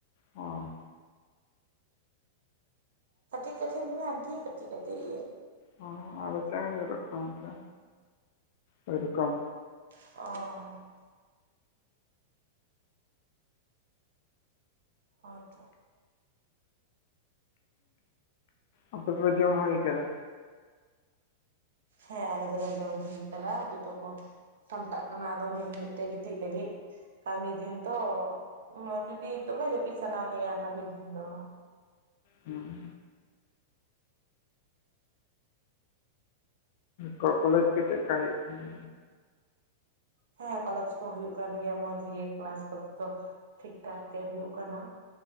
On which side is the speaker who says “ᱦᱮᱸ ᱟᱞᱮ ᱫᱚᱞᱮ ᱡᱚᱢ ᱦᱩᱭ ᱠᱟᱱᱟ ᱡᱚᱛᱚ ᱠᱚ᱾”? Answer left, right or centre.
Right